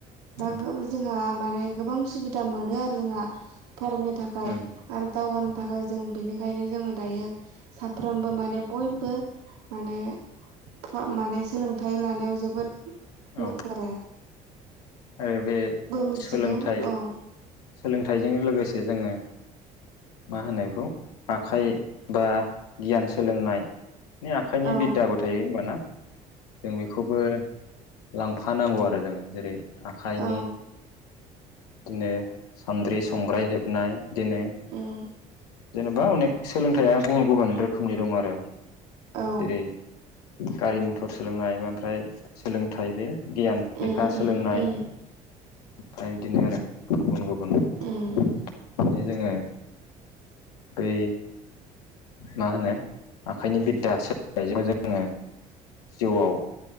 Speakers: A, on the right; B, on the left.
A: दा
B: उम
A: गो जोंहा माने गोबां सुबिदा मोनो आरो जोंहा। फरायनो थाखाय
B: उम
A: आरो दावगानो थाखाय जों बिनिखायनो जोङो दायो सा- -फ्रोमबो माने बयबो माने फ माने सोलोंथाइ लानायाव जोबोद
B: औ
A: मुखारो।
B: आरो बे
A: मिथिगौ
B: सोलोंथाइ
A: औ
B: सोलोंथाइजों लोगोसे जे जोङो मा होनो एखौ आखाइ बा गियान सोलोंनाय माने आखाइनि
A: औ
B: बिद्दाबो थायो होमबाना। जों बेखौबो लांफानांगौ आरो जों जेरै आखाइनि
A: औ
B: बिदिनो सान्द्रि संग्राय हेबनाय बिदिनो
A: उम
B: जेनेबा अनेक सोलोंथाइया गुबुन गुबुन रोखोमनि दं आरो।
A: औ।
B: जेरै गारि मथर सोलोंनाय ओमफ्राय सोलोंथाइ बे गियान
A: उम
B: लेखा सोलोंनाय।
A: उम उम
B: ओमफ्राय बिदिनो आरो गुबुन गुबुन
A: उम
B: जे जोङो बै मा होनो आखाइनि बिद्दा सोलोंनायजों जोङो जिउआव